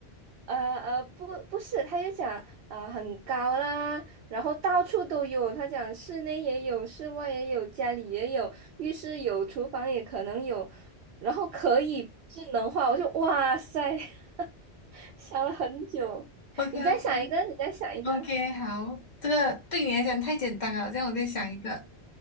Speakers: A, on the right; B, on the left.
A: 呃呃，不不是，她就讲呃很高啦，然后到处都有。她讲室内也有，室外也有，家里也有，浴室有，厨房也可能有，然后可以智能化。我就哇塞。<laughs> 想了很久，
B: o
A: 你再想一个，
B: k o k
A: 你再想一个，
B: o k <laughs> 好，这个对你来讲太简单了，这样我再想一个。